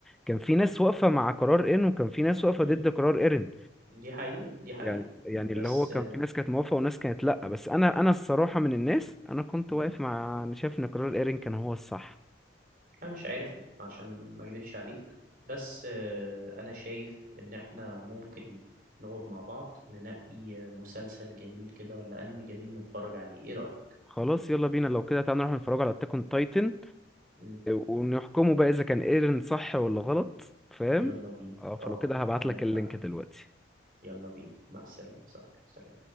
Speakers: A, in the centre; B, on the right.
A: كان في ناس واقفه مع قرار ايرن وكان في ناس واقفه
B: امم
A: ضد قرار ايرن
B: دي حقيقة دي حقيقة
A: يعني يعني
B: بس
A: اللي هو كان في ناس كانت موافقة وناس كانت لأ بس أنا أنا الصراحة من الناس أنا كنت
B: مم.
A: واقف مع أنا شايف إن قرار إيرين كان هو الصح
B: انا مش عارف عشان ما اكدبش عليك بس آه، انا شايف ان احنا ممكن نقعد مع بعض ننقي مسلسل جميل كده ولا انمي جميل نتفرج عليه ايه رأيك
A: خلاص يلا بينا لو كده تعالى نروح نتفرج على أتاك أون تايتن
B: مم.
A: ونحكمه بقى إذا كان إيرين صح ولا غلط فاهم
B: يلا بينا
A: اه فلو
B: اه
A: كده هبعتلك
B: عندك
A: اللينك
B: حق
A: دلوقتي
B: يلا بينا مع السلامة يا صاحبي سلام